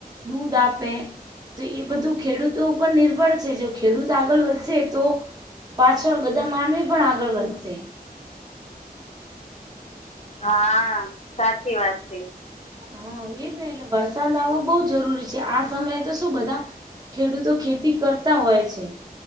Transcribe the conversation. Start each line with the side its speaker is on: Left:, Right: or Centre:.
Right: દૂધ આપે. તો એ બધું ખેડૂતો ઉપર નિર્ભર છે જો ખેડૂત આગળ વધશે તો. પાછળ બધા માનવી પણ આગળ વધશે.
Left: હા સાચી વાત છે.
Right: હા એ્ને એલ્ બરસાદ આવું. બહ જરૂરી છે આ સમયે તો શું બધા ખેડૂતો ખેતી કરતા હોય છે.